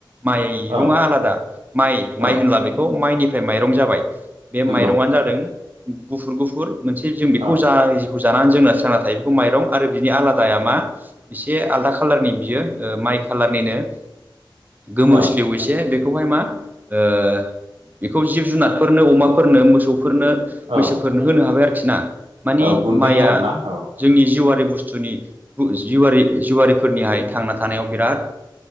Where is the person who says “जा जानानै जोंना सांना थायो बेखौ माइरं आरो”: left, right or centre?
Right